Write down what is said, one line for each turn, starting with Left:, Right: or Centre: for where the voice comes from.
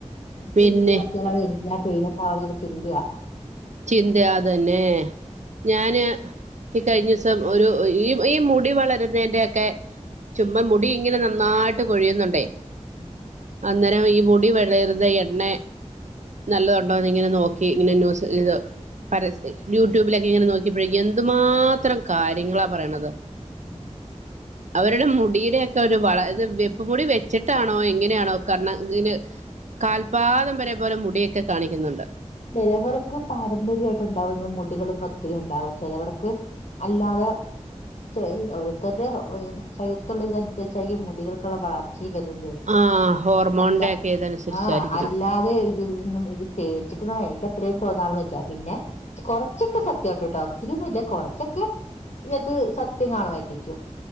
Left: നിക്ക്
Right: പിന്നെ
Left: ഇത് ആക്കിയാലാണ് എനിക്ക് ഞാൻ ഫേമസ് ആവണെ ന്ന ചിന്തയ
Right: ചിന്തയാ അത് തന്നെ ഞാന് ഈ കഴിഞ്ഞ ദിവസം ഒരു ഈ ഈ മുടി വളരുന്നതിന്റെഒക്കെ ചുമ്മ മുടി ഇങ്ങനെ നന്നായിട്ട് കൊഴിയുന്നുണ്ടേ
Left: ഉം
Right: അന്നേരം ഈ മുടി വളരുന്ന എണ്ണ നല്ലതുണ്ടോന്ന് ഇങ്ങനെ നോക്കി ഇങ്ങനെ ന്യൂസ് ഇത് പരസ യൂട്യൂബിലൊക്കെ ഇങ്ങനെ നോക്കിയപ്പഴേക്കും എന്തുമാത്രം കാര്യങ്ങളാ പറയണത്
Left: ഉം
Right: അവരുടെ മുടിയുടെ ഒക്കെ ഒരു വള ഇത് വെപ്പ് മുടി വെച്ചിട്ടാണോ എങ്ങനെയാണോ കരണ ഇങ്ങനെ കാൽപാദം വരെ പോലെ മുടിയൊക്കെ കാണിക്കുന്നുണ്ട്
Left: ചിലവർക്ക് പാരമ്പര്യയിട്ട് ഉണ്ടാവും മുടികള് ഒന്ന് ഒത്തിരി ഉണ്ടാവും ചിലവർക്ക് അല്ലാതെ ചെ ഓരരുത്തരുടെ ശരീരത്തുള്ള ഇതനുസരിച്ചായിരി ക്കും മുടികള് വളർച്ച വരതെ
Right: ആ ഹോർമോണിന്റെ
Left: അല്ല
Right: ഒക്കെ ഇതനുസരിച്ചായിരിക്കണം
Left: ആ അല്ലാ അ ഇന്നും ഇത് തേച്ചിട്ടൊന്നും എനിക്ക് അത്രയും തോന്നാറൊന്നില്ല പിന്നെ കൊറച്ചൊക്കെ സത്യമായിട്ട്ട്ടോ ഒത്തിരിയൊന്നും ഇല്ല കൊറച്ചൊക്കെ ഇതിനകത്ത് സത്യം കാണു വായിരിക്കും